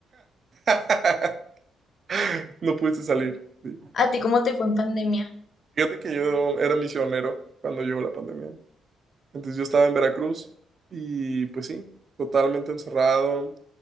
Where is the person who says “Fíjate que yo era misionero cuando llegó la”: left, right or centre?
Right